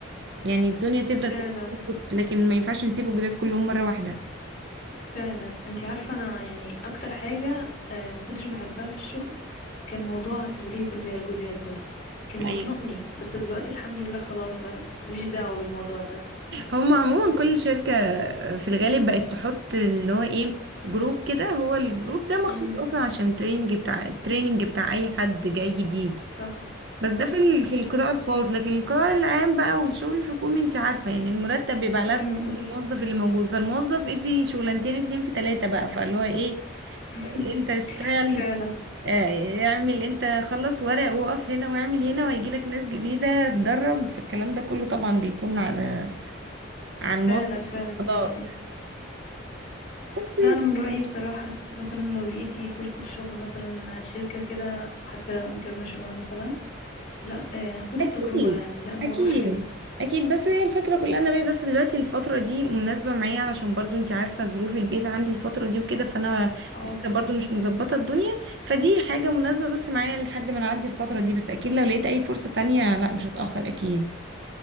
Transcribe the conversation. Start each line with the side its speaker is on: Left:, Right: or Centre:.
Right: يعني الدنيا تبدأ
Left: فعلا
Right: تظبط لكن ما ينفعش نسيب الجداد كلهم مره واحده
Left: فعلا انت عارفه انا يعني اكتر حاجه آه، ما كنتش بحبها في الشغل كان موضوع تدريب ال- الجداد ده كان
Right: ايوه
Left: بيخنقني بس دلوقتي الحمد لله خلاص بقى ماليش دعوه بالموضوع ده
Right: هم عموما كل شركة في الغالب بقت تحط اللي هو ايه جروب كده هو الجروب ده
Left: امم
Right: مخصوص اصلا عشان التريننج بتاع التريننج بتاع اي حد جاي جديد
Left: صح
Right: بس ده في ال... في
Left: صح
Right: القطاع الخاص لكن القطاع العام بقى والشغل الحكومي انت عارفة يعني المرتب بيبقى على
Left: امم
Right: قد اصلا
Left: أمم.
Right: الموظف اللي موجود فالموظف ادي شغلانتين اتنين في تلاتة بقى فاللي هو ايه
Left: <laughs>
Right: انت اشتغل
Left: فعلا
Right: اه، اعمل انت خلص ورق وقف هنا واعمل هنا وهيجيلك ناس جديدة تدرب فالكلام ده كله طبعا بيكون على عن
Left: فعلا
Right: موافقة
Left: فعلا
Right: القضاء
Left: يا بنتي
Right: بس
Left: لا انا من رايي بصراحه مثلا لو لقيتي فرصه في شغل مثلا شركه كده حتى انترناشونال مثلا لا آه، خدي
Right: أكيد
Left: التجربه يعني لا الموضوع
Right: أكيد
Left: حلو
Right: أكيد بس هي الفكرة كلها ان أنا بيه بس دلوقتي الفترة دي مناسبة معايا علشان برضو أنت عارفة ظروف البيت عندي الفترة دي وكده فأنا
Left: اه
Right: لسه
Left: صح
Right: برضو مش مظبطة الدنيا فدي حاجة مناسبة بس معايا لحد ما نعدي الفترة دي بس أكيد لو لقيت أي فرصة تانية لا مش هتأخر أكيد